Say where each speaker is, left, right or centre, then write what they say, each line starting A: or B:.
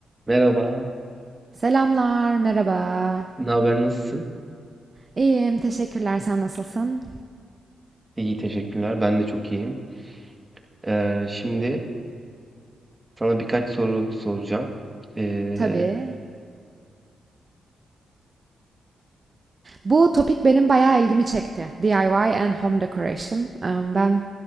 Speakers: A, on the right; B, on the right.
A: Merhaba,
B: Selamlar, merhaba.
A: ne haber, nasılsın?
B: İyiyim, teşekkürler. Sen nasılsın?
A: İyi, teşekkürler. Ben de çok iyiyim. Ee, şimdi sana birkaç soru soracağım. Ee,
B: Tabii. Bu topik benim bayağı ilgimi çekti. DIY and home decoration. Em, Ben